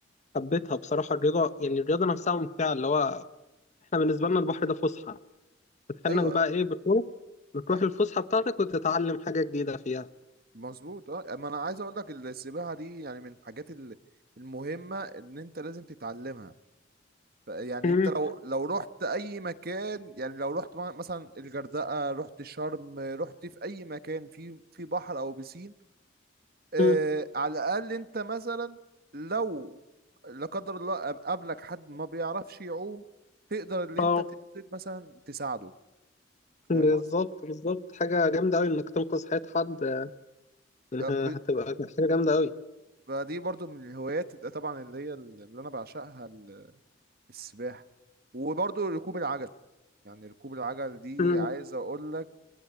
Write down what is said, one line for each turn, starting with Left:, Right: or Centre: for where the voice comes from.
Left: حبيتها بصراحة الرياضة يعني الرياضة نفسها ممتعة اللي هو احنا بالنسبة لنا البحر ده فسحة بتحنك
Right: ايوه
Left: بقى ايه بتروح بتروح
Right: صح
Left: الفسحة بتاعتك وتتعلم حاجة جديدة فيها
Right: مظبوط اه ما انا عايز اقول لك السباحه دي يعني من الحاجات ال- المهمه ان انت لازم تتعلمها ف- يعني
Left: مم.
Right: انت لو لو رحت اي مكان يعني لو رحت م- مثلا الغردقه رحت شرم رحت في اي مكان في في بحر او بيسين آه
Left: مم.
Right: على الاقل انت مثلا لو لا قدر الله قاب- قابلك حد ما بيعرفش يعوم تقدر اللي
Left: اه
Right: انت تنزل مثلا تساعده فاهم
Left: بالظبط بالظبط حاجة جامدة أوي إنك تنقذ حياة حد يعني
Right: قصدي
Left: ه- هتبقى حاجة جامدة أوي
Right: فدي برضو من الهوايات طبعا اللي هي اللي انا بعشقها ال- السباحة وبرضو ركوب العجل يعني ركوب العجل دي
Left: مم.
Right: عايز اقول لك